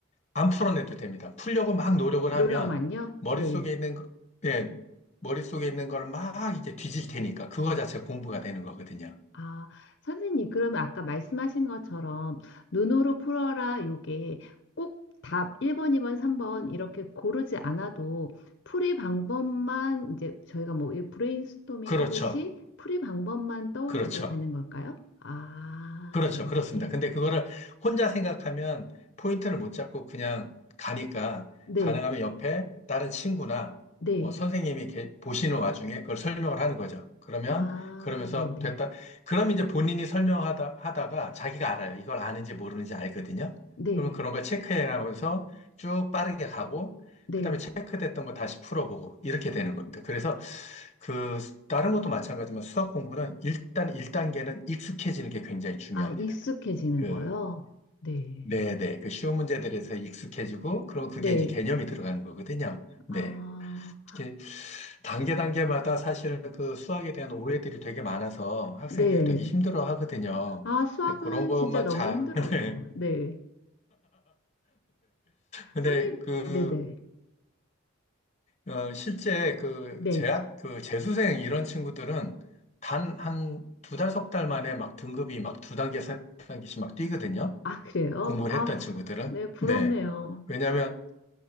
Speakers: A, on the left; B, on the left.
A: 안 풀어내도 됩니다. 풀려고 막 노력을
B: 노력만요?
A: 하면 머릿속에
B: 네.
A: 있는 거, 예, 머릿속에 있는 걸 막 이제 뒤질 테니까 그거 자체가 공부가 되는 거거든요.
B: 아, 선생님, 그러면 아까 말씀하신 것처럼 눈으로 풀어라 요게 꼭 답 1번, 2번, 3번 이렇게 고르지 않아도 풀이 방법만 이제 저희가 뭐이 브레인스토밍
A: 그렇죠.
B: 하듯이 풀이 방법만 떠올려도
A: 그렇죠.
B: 되는 걸까요? 아,
A: 그렇죠.
B: 네.
A: 그렇습니다. 근데 그거를 혼자 생각하면 포인트를 못 잡고 그냥 가니까
B: 네.
A: 가능하면 옆에 다른 친구나
B: 네.
A: 뭐 선생님이 이렇게 보시는 와중에 그걸 설명을 하는 거죠. 그러면,
B: 아,
A: 그러면서
B: 네네.
A: 됐다. 그럼 이제 본인이 설명하다, 하다가 자기가 알아요. 이걸 아는지 모르는지 알거든요.
B: 네.
A: 그러면 그런 걸 체크해 나가면서 쭉 빠르게 가고
B: 네.
A: 그다음에 체크됐던
B: 네.
A: 거 다시 풀어보고 이렇게 되는 겁니다. 그래서 그 수- 다른 것도 마찬가지지만 수학 공부는 일단 1단계는 익숙해지는 게 굉장히 중요합니다.
B: 아, 익숙해지는
A: 그
B: 거요? 네.
A: 네네 그 쉬운 문제들에서 익숙해지고 그럼 그게
B: 네.
A: 이제 개념이 들어가는 거거든요. 네.
B: 아,
A: 이렇게 단계 단계마다 사실 그 수학에 대한 오해들이 되게 많아서 학생들이
B: 네.
A: 되게 힘들어 하거든요.
B: 아, 수학은
A: 그런 것만
B: 진짜 너무
A: 잘,
B: 힘들어요.
A: <laughs> 네.
B: 네.
A: 근데
B: 선생님,
A: 그
B: 네네.
A: 어, 실제 그
B: 네.
A: 재학, 그 재수생 이런 친구들은 단 한 두 달, 석 달 만에 막 등급이 막 두 단계, 세 단계씩 막 뛰거든요.
B: 아, 그래요?
A: 공부를
B: 아,
A: 했던 친구들은.
B: 네, 부럽네요.
A: 네. 왜냐하면